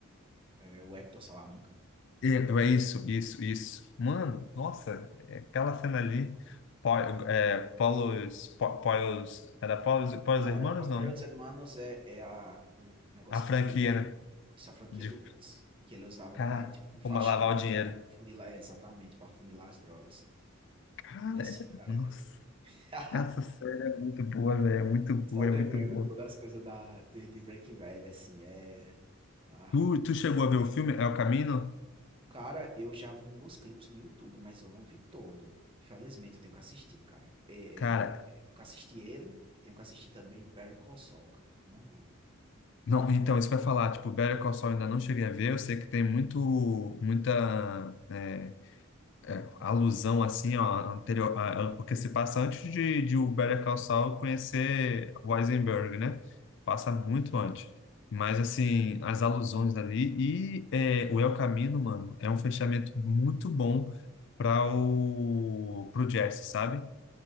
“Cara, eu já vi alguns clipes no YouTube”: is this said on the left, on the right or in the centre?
Right